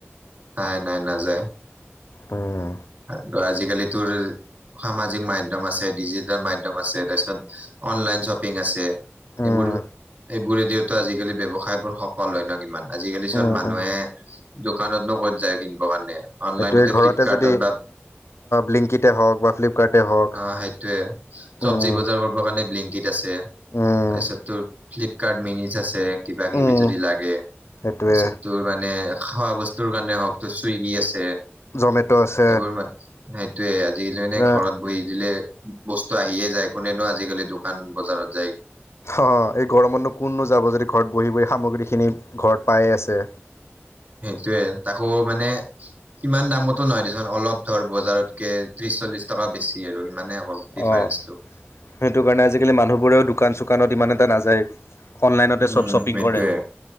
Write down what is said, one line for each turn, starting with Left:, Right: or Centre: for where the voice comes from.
Right: নাই, নাই, নাযায়।
Left: উম,
Right: আৰু আজিকালি তোৰ? সামাজিক মাধ্যম আছে, ডিজিটেল মাধ্যম আছে। তাৰপিছত, অনলাইন শ্বপিং আছে।
Left: উম,
Right: এইবোৰ। এইবোৰে দিয়েতো, আজিকালি ব্যৱসায় বোৰ সফল হয় নহ কিমান। আজিকালি চোন,
Left: উম,
Right: মানুহে
Left: উম।
Right: দোকানত ত' ক'ত যায় কিনবৰ কাৰণে? অনলাইনতে
Left: সেইটোৱে,
Right: ফ্লিপকাৰ্টত
Left: ঘৰতে যদি
Right: বা
Left: ব্লিংকিতে হওক বা ফ্লিপকাৰ্টেই হওক
Right: অ সেইটোয়ে চব্জি
Left: উম
Right: বজাৰ কৰিবৰ কাৰণে বিলিংকিত আছে। তাৰপিছত
Left: উম
Right: তোৰ ফ্লিপকাৰ্ট মিনিজ আছে কিবা কিবি
Left: উম
Right: যদি লাগে। তাৰপিছত
Left: সেইটোৱে
Right: তোৰ মানে, খোৱা বস্তুৰ কাৰণে হওক তোৰ চুইগী আছে।
Left: জমেট' আছে।
Right: এইবোৰ মান সেইটোয়ে, আজিকালি মানে
Left: এ,
Right: ঘৰত বহি দিলে বস্তু আহিয়ে যায়। কোনেনো আজিকালি দোকান বজাৰত যায়।
Left: অ', এই গৰমতনো কোননো যাব যদি ঘৰত বহি বহি সামগ্ৰীখিনি ঘৰত পায় আছে।
Right: টোৱে, তাকো মানে ইমান দামতো নহয় দেচোন, অলপ ধৰ বজাৰতকে ত্ৰিশ চল্লিশ টকা বেছি আৰু সিমানে অকল ডিফাৰেঞ্চটো।
Left: অঁ সেইটো কাৰণে আজিকালি মানুহবোৰেও দোকান চোকানত ইমান এটা নাযায়। অনলাইনতে
Right: উম
Left: চব শ্বপিং
Right: সেইটয়ে,
Left: কৰে